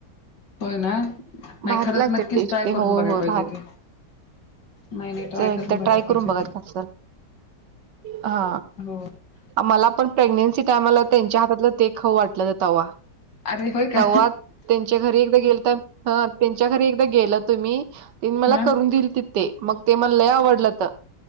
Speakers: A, on the left (about 80°); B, on the right (about 80°).
A: होय ना. नाही
B: भारी
A: खरंच
B: लागत्यात
A: नक्कीच
B: ते,
A: ट्राय
B: ते
A: करून
B: होय-
A: बघाय
B: होय
A: पाहिजे
B: भारी.
A: ते नाही नाही ट्राय
B: तर
A: करून
B: एकदा
A: बघाय
B: ट्राय
A: पाहिजे
B: करून बघा
A: ते
B: की, असं. हा
A: हो
B: मला पण प्रेग्नेन्सी टायमाला त्यांच्या हातातलं ते खाऊ वाटलंतं तवा.
A: अरे होय का
B: तवा त्यांच्या घरी एकदा गेल तर, हा त्यांच्या घरी एकदा गेलंतो मी, तेनी मला
A: हा
B: करून दिलतीत. ते मग ते मला लई आवडलंत